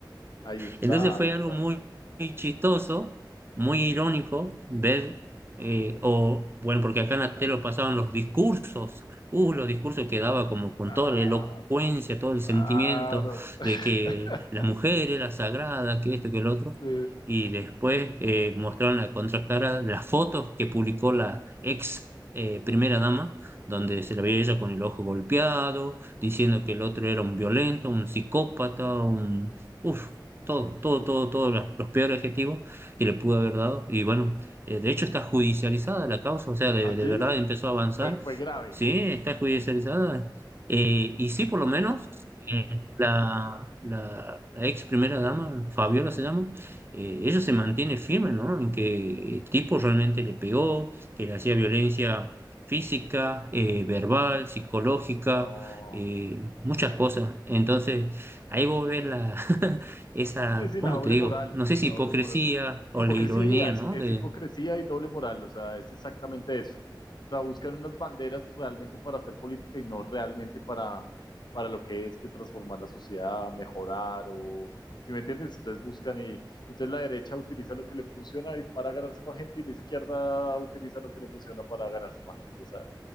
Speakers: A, on the left (about 65°); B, on the right (about 30°).
A: Ahí está,
B: Entonces fue
A: ahí está.
B: algo muy, muy chistoso, muy irónico ver, eh, o bueno, porque acá en la tele lo pasaban los discursos, uh, los discursos que daba como con
A: Claro,
B: toda la elocuencia, todo el
A: claro.
B: sentimiento
A: <laughs>
B: de que la mujer era sagrada, que esto, que el otro.
A: Sí,
B: Y después eh, mostraron la contracara, las fotos que publicó la ex eh, primera dama, donde se la veía ella con el ojo golpeado, diciendo que el otro era un violento, un psicópata, un, Uf, todo, todo, todo, todos los, los peores adjetivos que le pudo haber dado. Y bueno, eh, de hecho está judicializada la causa, o sea, de,
A: ¿Ah, sí.
B: de verdad
A: ¿Así?
B: empezó a avanzar.
A: Fue, fue grave.
B: Sí, está judicializada. Eh, y sí, por lo menos eh, la, la, la ex primera dama, Fabiola se llama, eh, ella se mantiene firme, ¿no? En que el tipo realmente le pegó, que le hacía violencia física, eh, verbal, psicológica,
A: No.
B: eh, muchas cosas. Entonces, ahí vos ves la, <laughs> esa,
A: Sí, sí,
B: ¿cómo
A: la doble
B: te digo?
A: moral,
B: No sé si
A: la
B: hipocresía
A: doble moral.
B: o
A: Hipocresía,
B: la ironía,
A: es,
B: ¿no?
A: es
B: De,
A: hipocresía y doble moral, o sea, es exactamente eso. O sea, buscan unas banderas realmente para hacer política y no realmente para, para lo que es que transformar la sociedad, mejorar o... ¿Sí me entiendes? Entonces buscan y entonces la derecha utiliza lo que le funciona y para ganarse más gente y la izquierda utiliza lo que le funciona para ganarse más gente. O sea,